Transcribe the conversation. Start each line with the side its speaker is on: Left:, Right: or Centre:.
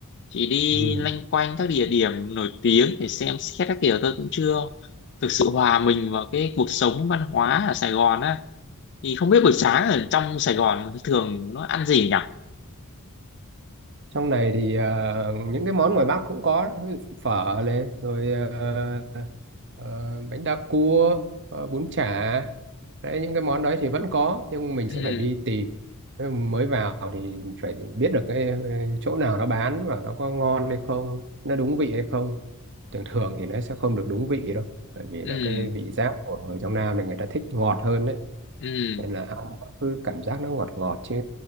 Left: chỉ đi
Right: ừ.
Left: loanh quanh các địa điểm nổi tiếng để xem xét các kiểu thôi cũng chưa thực sự hòa mình vào cái cuộc sống văn hóa ở Sài Gòn á thì không biết buổi sáng ở trong Sài Gòn thường nó ăn gì nhỉ
Right: trong này thì ờ, những cái món ngoài Bắc cũng có đấy. Ví dụ phở này rồi ờ, ờ, bánh đa cua ờ, bún chả đấy những cái món đấy thì vẫn có nhưng mình
Left: ừ
Right: sẽ phải đi tìm Thế mà mới vào thì phải biết được cái ờ, chỗ nào nó bán và nó có ngon hay không nó đúng vị hay không thường thường thì nó sẽ không được đúng vị đâu bởi vì
Left: ừ
Right: là cái vị giác của người trong Nam thì người ta thích ngọt hơn đấy
Left: ừ
Right: nên là ăn nó cứ cảm giác nó ngọt ngọt chứ